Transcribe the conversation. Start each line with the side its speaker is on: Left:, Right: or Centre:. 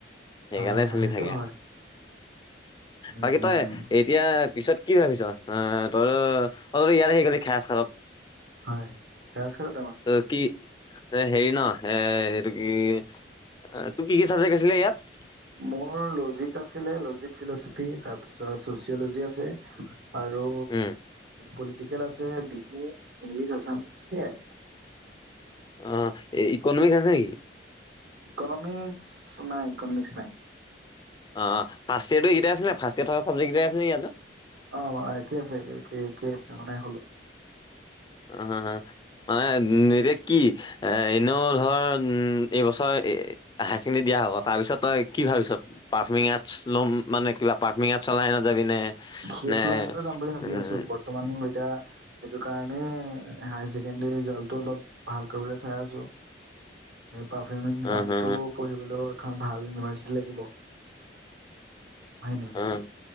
Left: সেইকাৰণে
Right: হয় হয়
Left: চলি
Right: সেইটো
Left: থাকে
Right: হয়
Left: আৰু
Right: উম
Left: বাকী
Right: উম
Left: তই
Right: উম
Left: এই এতিয়া পিছত কি ভাবিছ আহ তই ত ইয়াত আহি গলি খাই খালত
Right: হয় গাছ <unintelligible> খেলো তোমাৰ
Left: অ', কি এ হেৰি ন এ এইটো কি তোৰ কি, কি চাবজেক্ট আছিলে ইয়াত।
Right: মোৰ লজিক আছিলে লজিক ফিলচফি তাৰপিছত ছ'চিয়'লজি আছে। আৰু
Left: উম
Right: পলিটিকেল আছে বিহু ইংলিছ আছামিছ সেয়াই।
Left: অ', এই ইকনমিক্স আছে নেকি?
Right: ইকনমিক্স নাই ইকনমিক্স নাই।
Left: অ', ফাৰ্ষ্ট ইয়াৰটো এইেটা আছিলে ফাৰ্ষ্ট ইয়েৰ থকা চাবজেক্ট আছিলে ইয়াতে।
Right: অ', একে আছে একে, একে একেই আছে মানাই হলোঁ।
Left: উ মানে এতিয়া কি এ এনেও ধৰ এইবছৰ হায়াৰ ছেকেণ্ডেৰী দিয়া হ'ব তাৰ পিছতই কি ভাবিছ? পাৰ্মিংছ আৰ্টছ ল'ম মানে কিবা পাৰ্মিং আৰ্টছ লাইনত চলাই যাবি নে।
Right: সেইটো
Left: নে
Right: লাইনতে যাম বুলি ভাবি
Left: উম
Right: আছোঁ বৰ্তমান এতিয়া সেইটো কাৰণে হায় ছেকেণ্ডৰী ৰিজাল্টটো অলপ ভাল কৰিবলৈ চাই আছোঁ। এই পাৰফিউমিং
Left: অ
Right: আৰ্ডটো
Left: হা
Right: পঢ়িবলৈও এখন ভাল ইউনিভাৰ্চিটি লাগিব হয় নে।
Left: উম।